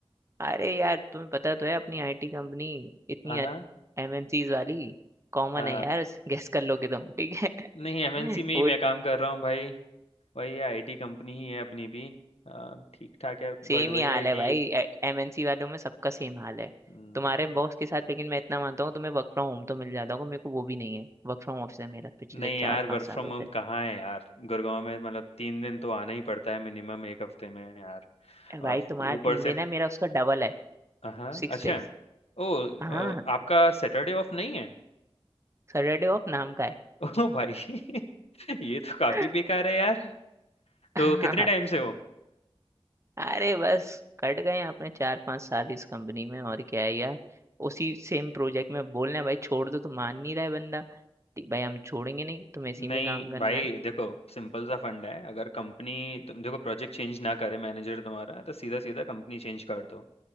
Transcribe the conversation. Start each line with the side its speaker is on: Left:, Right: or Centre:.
Right: अरे यार तुम्हें पता तो है अपनी आईटी कंपनी इतनी
Left: हाँ हाँ,
Right: एमएनसीज वाली कॉमन
Left: अ,
Right: है यार <laughs> गेस कर लोगे तुम ठीक
Left: नहीं
Right: है
Left: एमएनसी
Right: <laughs>
Left: में ही
Right: वो
Left: मैं काम कर रहा हूँ भाई वही आईटी कंपनी ही है अपनी भी अ, ठीक ठाक है
Right: सेम
Left: बट वही
Right: ही हाल
Left: है कि
Right: है भाई एमएनसी वालों में सबका सेम हाल है
Left: हम्म,
Right: तुम्हारे बॉस के साथ लेकिन मैं इतना मानता हूँ तुम्हें वर्क फ्रॉम होम तो मिल जाता होगा मेरे को वो भी नहीं है वर्क फ्रॉम ऑफिस है मेरा पिछले
Left: नहीं
Right: चार
Left: यार वर्क
Right: पांच सालों
Left: फ्रॉम
Right: से
Left: होम कहाँ है यार गुड़गांव में मतलब तीन दिन तो आना ही पड़ता है मिनिमम एक हफ्ते में यार
Right: ए भाई
Left: और
Right: तुम्हारा
Left: ऊपर
Right: तीन
Left: से
Right: दिन है मेरा उसका डबल है
Left: हाँ
Right: Six
Left: अच्छा
Right: days
Left: ओ अ,
Right: हाँ
Left: आपका सैटरडे ऑफ नहीं है
Right: सैटरडे ऑफ नाम का है
Left: <laughs> ओ भाई <laughs> ये तो काफी
Right: <laughs>
Left: बेकार है यार तो
Right: हाँ
Left: कितने
Right: हाँ।
Left: टाइम से हो
Right: अरे बस कट गए हैं अपने चार पांच साल इस कंपनी में और क्या है यार उसी सेम प्रोजेक्ट में बोल रहे हैं भाई छोड़ दो तो मान नहीं रहा है बंदा ठीक, भाई हम छोड़ेंगे नहीं तुम्हें इसी
Left: नहीं
Right: में काम करना
Left: भाई
Right: है
Left: देखो सिंपल सा फंड है अगर कंपनी तुम देखो प्रोजेक्ट चेंज ना करे मैनेजर तुम्हारा तो सीधा सीधा कंपनी चेंज कर दो